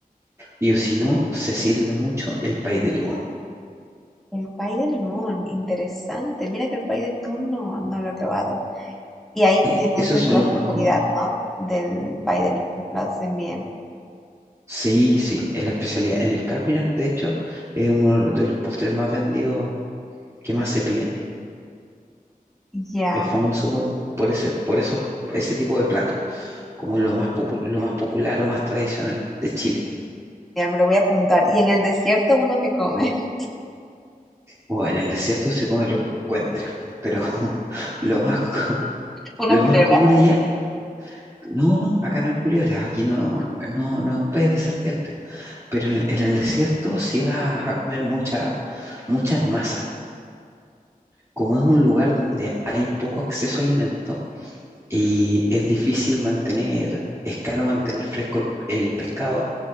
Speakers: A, on the right; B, in the centre.
A: y o si no, se sirve mucho el pay de limón.
B: El pay de limón, interesante. Mira que el pay de limón no, no lo he probado. Y ahí
A: Eh,
B: tienes
A: esos
B: es
A: son
B: la especialidad,
A: los más comunes.
B: ¿no? Del pay de limón, lo hacen bien.
A: Sí, sí, es la especialidad. En el Capri, de hecho, es uno de los postres más vendidos que más se piden
B: Ya,
A: Es famoso por, por ese, por esos, ese tipo de platos, como lo más popu- lo más popular o más tradicional de Chile.
B: genial, me lo voy a apuntar. Y en el desierto uno que come, <laughs>
A: O en el desierto se come lo que encuentres, pero <laughs> lo más,
B: una
A: lo
B: culebra.
A: más común allá. No, no, acá no hay culebras, aquí no, no, no es un país de serpientes. Pero en, en el desierto sí vas a comer mucha, muchas masas. Como es un lugar donde hay poco acceso a alimentos, Y es difícil mantener, es caro mantener fresco el, el pescado,